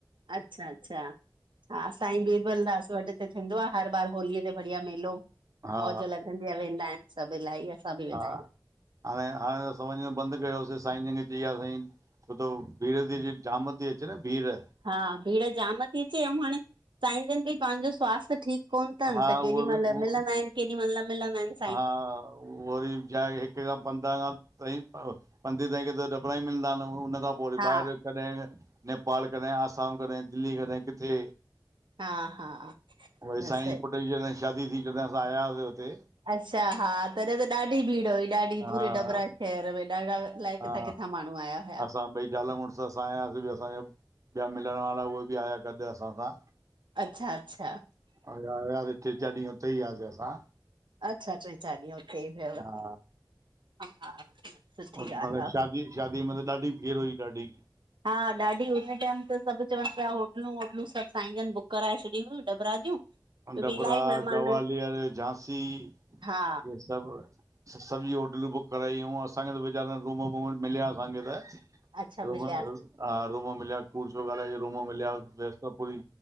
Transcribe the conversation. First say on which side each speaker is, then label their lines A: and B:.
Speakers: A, on the right; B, on the right.
A: अच्छा अच्छा हा, सांईं बीरबलदास वट हिते थींदो आ, हर बार होलीअ ते बढ़िया मेलो।
B: हा
A: मौज लॻंदी आ, वेंदा आहिन सभ इलाही। असां बि वेंदा
B: हा,
A: आहियूं।
B: हाणे हाणे असां वञण बंद कयोसीं साईं जेंखे चई विया साईं- छो त भीड़ ती अचे न, जाम ती अचे न भीड़।
A: हा, भीड़ जाम ती अचे अऊं हाणे साईंजन बि पांजो स्वास्थ्य ठीक कोन तन
B: हा
A: त केॾी
B: उहो
A: मेहल
B: बि उहो
A: मिलंदा आहिन केॾी मल न मिलंदा आहिन।
B: हा वरी छाहे हिक खां पंद्रहं खां तईं पंद्री तारीख ते त डबरा ई मिलंदा आहिन हुन खां पो पो वरी
A: हा
B: ॿाहिर कॾहिं नेपाल कॾहिं आसाम कॾहिं दिल्ली कॾहिं किथे।
A: हा हा
B: वरी
A: न
B: साईंअ
A: सही
B: पुट जी जॾहिं शादी थी जॾहिं असां आयासीं हुते।
A: अच्छा हा, तॾहिं त ॾाढी भीड़ हुई ॾाढी
B: हा
A: पूरे डबरा शहर में ॾाढा अलाए किथां
B: हा,
A: किथां माण्हू आया हुया।
B: असां ॿई ज़ाल मुड़ त असां आयासीं बि असांजा ॿिया मिलण वारा उहे बि आया ॻॾ असां सां।
A: अच्छा, अच्छा
B: वरी आयासीं ट्रे चार ॾींहं हुते ई हुयासीं असां।
A: अच्छा, ट्रे चार ॾींहं उते ई हुयव, हा,
B: हा
A: हा, हा, सुठी
B: ओॾी
A: ॻाल
B: महिल
A: आ।
B: शादी शादी में त ॾाढी भीड़ हुई ॾाढी।
A: हा ॾाढी हुन टाइम त सभ चवन पिया, होटलूं वोटलूं सभ साईं जन बुक कराए छॾी हुयूं डबरा जूं। छोकी
B: डबरा
A: इलाही महिमान
B: ग्वालियर झांसी इहे
A: हा
B: सभ सभी होटलूं बुक करायूं हुयूं असांखे त वेचारा रूम वूम मिलया असांखे त।
A: अच्छा
B: रूम
A: मिलिया
B: हा रूम मिलया कूड़ शो ॻाल्हायूं रूम मिलया वेस त पूरी